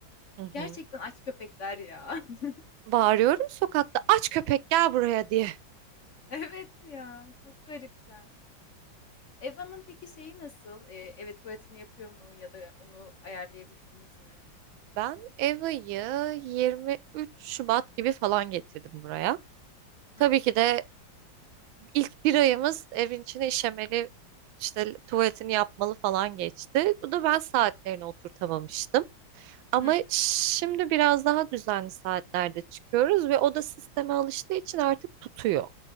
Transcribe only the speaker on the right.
hı. hı.
hı.
Bağırıyorum sokakta aç köpek gel buraya diye.
Ben EVA'yı 23 Şubat gibi falan getirdim buraya.
Tabii
ki de ilk bir ayımız evin içine işemeli, işte tuvaletini yapmalı falan geçti. Bu da ben saatlerini oturtamamıştım. Ama
şimdi biraz daha düzenli saatlerde çıkıyoruz ve o da sisteme alıştığı için artık tutuyor.